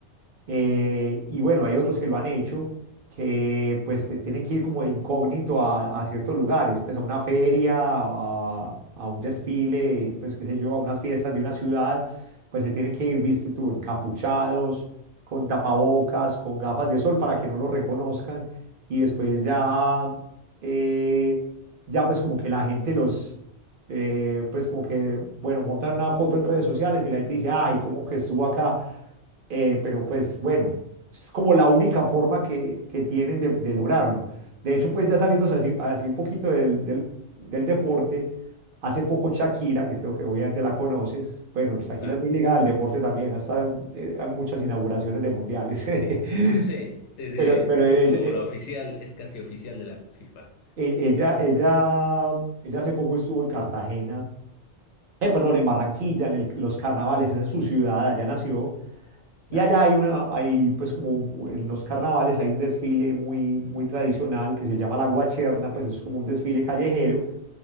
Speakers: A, on the right; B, on the left.
A: eh, y bueno, hay otros que lo han hecho, que pues se tienen que ir como de incógnito a, a ciertos lugares, pues a una feria, a, a un desfile, pues qué sé yo, a unas fiestas
B: Mm,
A: de una ciudad, pues se tienen que ir, viste tú, encapuchados, con tapabocas, con gafas de sol para que no lo reconozcan. Y después ya, eh, ya pues como que la gente los... eh, pues como que, bueno, montan una foto en redes sociales y la gente dice, ay, ¿cómo
B: mm,
A: que estuvo acá? Eh, pero pues bueno, es como la única forma que, que tienen de, de lograrlo. De hecho, pues ya saliéndose así, así un poquito del, del, del deporte, hace poco Shakira, que creo que obviamente la conoces, bueno, Shakira
B: Claro.
A: es muy ligada al deporte también, ha estado en, eh, en muchas inauguraciones de mundiales, <laughs>
B: Mm, Sí, sí, sí.
A: pero, Sí. pero
B: Es
A: ella,
B: como
A: eh,
B: la oficial, es casi oficial de la FIFA.
A: e- ella, ella, ella hace poco estuvo en Cartagena, eh, perdón, en Barranquilla, en el- los carnavales, esa es su ciudad, allá nació
B: Claro.
A: Y allá hay una, hay pues como un- en los carnavales hay un desfile muy, muy tradicional que se llama la Guacherna, pues es como un desfile callejero